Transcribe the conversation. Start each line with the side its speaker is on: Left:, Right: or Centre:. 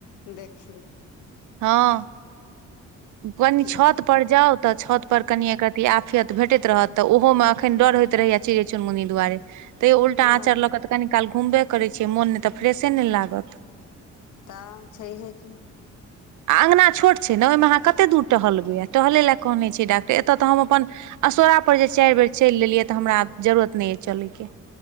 Left: देखियौ
Right: हँ कनि छत
Left: देखियौ
Right: पर जाउ तऽ छत पर कनिय एक रती आफियत भेटैत रहत तऽ ओहो म ऐखन डर होइत रहैया चिड़ैय चुनमुनी दुआरे तैयो उल्टा
Left: हँ
Right: आँचर लऽ कऽ तऽ कनि काल घुमबे करै छियै मोन नइ तऽ फ्रेशे नइ लागत
Left: तऽ छैहे की <inaudible>
Right: अँंगना छोट छै न ओहिमे अहाँ कते दूर टहलबै टहलै ल कहने छै डाक्टर एत तऽ हम अपन असोरा पर जे चाइर बेर चैल लेलियै तऽ हमरा आब जरूरत नइ ऐ चलयके